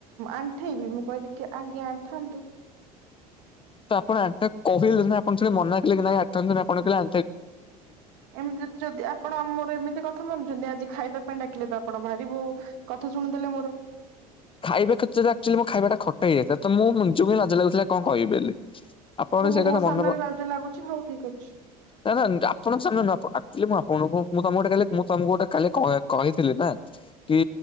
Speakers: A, on the right; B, on the left.
A: ଆଣ୍ଠେଇବି, ମୁଁ କହିଲି କି ଆଜ୍ଞା। ଆଣ୍ଠାନ୍ତୁ।
B: ଏ କ ଆପଣ ଆ କହିଲେ ନା ଆପଣ ସେଟା ମନାକଲେ କି ନାହିଁ ଆଣ୍ଠାନ୍ତୁନି ଆପଣ କହିଲେ ଆ
A: ଏମିତି ଯଦି ଆପଣ ଆମର ଏମିତି କଥା ମାନୁଛନ୍ତି ଆଜି ଖାଇବା ଡାକିଲେ ତ ଆପଣ ବାହାରିବୁ କଥା ଶୁଣିଦେଲେ ମୋର।
B: ଖାଇବା କ୍ଷେତ୍ରରେ ଆକଚୁଆଲି ମୋ ଖାଇବାଟା ଖଟା ହେଇଯାଇଥିଲା ତ ମୁଁ ନିଜକୁ ହିଁ ଲାଜ ଲାଗୁଥିଲା କଣ କହିବି ବୋଲି। ଆପଣଙ୍କ
A: ଆପଣଙ୍କୁ
B: ସେଇ କଥା
A: ମୋ ସାମ୍ନାରେ
B: ମନେ ପକା,
A: ଲାଜ ଲାଗୁଛି ହଉ ଠିକ ଅଛି
B: ଆରେ ଆପଣ ସେଦିନ ନା ଆକଚୁଆଲି ମୁଁ ଆପ ଣ ମୁଁ ତମକୁ ଗୋଟେ କାଲି ମୁଁ ତମକୁ ଗୋଟେ କାଲି କହି-କହିଥିଲି ନା କି